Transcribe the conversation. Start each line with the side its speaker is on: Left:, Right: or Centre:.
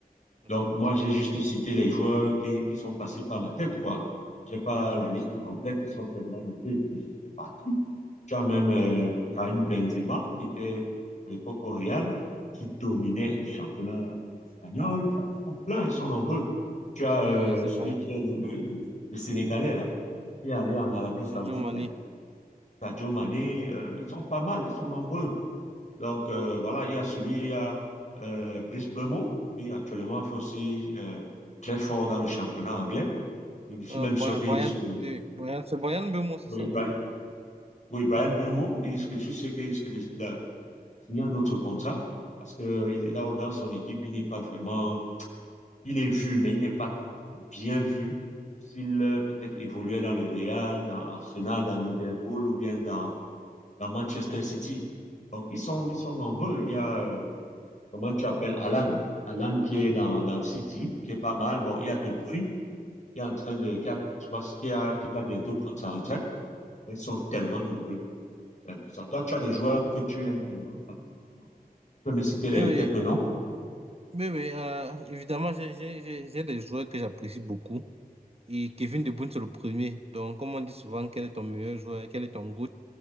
Right: oui,
Left: Donc, moi, j'ai juste cité les joueurs qui, qui sont passés par ma tête, quoi. J'ai pas la liste complète, ils sont tellement nombreux. Vinicius fait partie. Tu as même euh, Karim Benzema, qui était à l'époque au Real, qui dominait le championnat espagnol. Tu as- ils sont pleins, ils sont nombreux. Tu as euh,
Right: oui, oui, c'est
Left: celui
Right: vrai.
Left: qui est le, le- le- le Sénégalais, là, qui est allé en Arabie Saoudite,
Right: Sadio Mané.
Left: là. Sadio Mané, euh, ils sont pas mal, ils sont nombreux. Donc, euh, voilà, il y a celui, il y a euh, Brice Bemo, qui actuellement fait aussi euh, très fort dans le championnat anglais. Je suis
Right: Euh,
Left: même
Right: Bri-
Left: sûr qu'il
Right: Brian,
Left: risque
Right: oui,
Left: de...
Right: oui, Brian, c'est Brian Beumo, c'est
Left: Oui,
Right: ça,
Left: Brian,
Right: non?
Left: oui, Brian Bemo, il risque, je suis sûr qu'il risque de, de signer un autre contrat, parce que il est là, dans son équipe, il n'est pas vraiment... Il est vu, mais il n'est pas bien vu s'il euh, peut-être évoluait dans le Real, dans Arsenal, dans Liverpool ou bien dans, dans Manchester City. Donc, ils sont, ils sont nombreux. Il y a... euh, comment tu appelles Alan? Alan qui est dans, dans City, qui est pas mal. Bon, il y a De Bruyne qui est en train de, qui, a, qui, a, qui va bientôt prendre sa retraite. Ils sont tellement nombreux. C'est un peu ça. Toi, tu as des joueurs que tu aimes vraiment particulièrement. Tu peux me citer
Right: Oui,
Left: les,
Right: oui,
Left: quelques noms?
Right: oui, oui, euh, évidemment, j'ai j'ai- j'ai- j'ai des joueurs que j'apprécie beaucoup. Et Kevin De Bruyne, c'est le premier. Donc, comme on dit souvent, quel est ton meilleur joueur, quel est ton goût